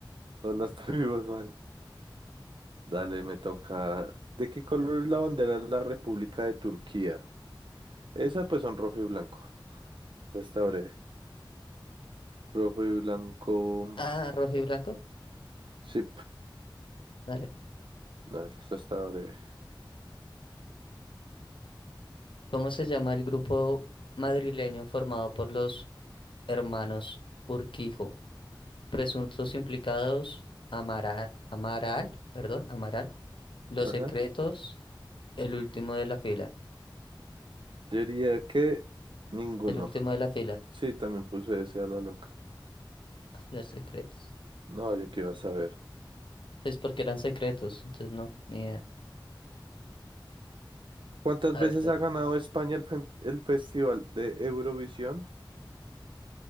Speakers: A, on the right; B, on the left.
A: no las <laughs> tuvimos, man. Dale, me toca. ¿De qué color es la bandera de la República de Turquía? Esa pues son rojo y blanco. Esta está breve. Rojo y blanco.
B: ah, rojo y blanco.
A: Sí,
B: Dale.
A: dale, esta está breve.
B: ¿Cómo se llama el grupo madrileño formado por los hermanos Urquijo? Presuntos implicados, Amara- Amaral, perdón, Amaral. Los
A: Ajá.
B: secretos, el último de la fila.
A: Yo diría que ninguno.
B: El último de la fila.
A: Sí, también puse ese a la loca.
B: Ah, Los secretos.
A: No, yo qué iba a saber.
B: Es porque eran secretos, entonces no, ni idea.
A: ¿Cuántas
B: A
A: veces
B: ver, Ted.
A: ha ganado España el, fen- el Festival de Eurovisión?